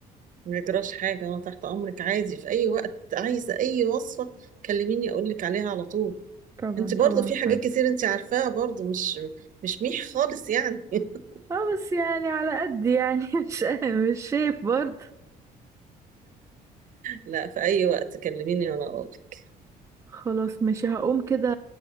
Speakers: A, on the right; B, on the right.
A: ما يجراش حاجه انا تحت امرك عادي في اي وقت عايزه اي وصفه كلميني اقول لك عليها على طول
B: طبعا
A: انت برضه
B: طبعا
A: في حاجات
B: حبيبتي
A: كتير انت عارفاها برضه مش مش ميح خالص يعني <laughs>
B: اه بس يعني على قد يعني <laughs> مش مش شايف برضه
A: لا في اي وقت كلميني وانا اقولك
B: خلاص ماشي هقوم كده